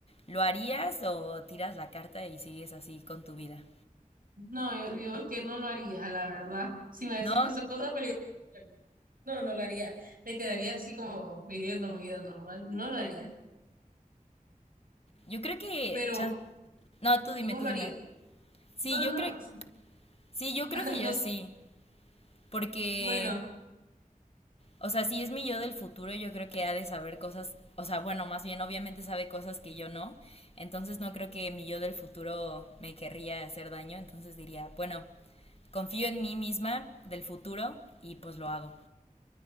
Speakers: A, on the left; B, on the right.
A: ¿Lo harías o tiras la carta y sigues así con tu vida?
B: No, yo digo que no lo haría, la verdad. Si me
A: ¿No?
B: decís que son cosas peligrosas, no, no lo haría. Me quedaría así como viviendo mi vida normal. No lo haría.
A: Yo creo que
B: Pero,
A: chan- no, tú dime,
B: ¿y vos
A: tú
B: lo
A: dime.
B: harías?
A: Sí,
B: No, no,
A: yo
B: no.
A: creo sí, yo creo
B: <laughs>
A: que
B: Los,
A: yo sí, porque
B: bueno,
A: O sea, si es mi yo del futuro, yo creo que ha de saber cosas, o sea, bueno, más bien obviamente sabe cosas que yo no, entonces no creo que mi yo del futuro me querría hacer daño, entonces diría, bueno, confío en mí misma del futuro y pues lo hago.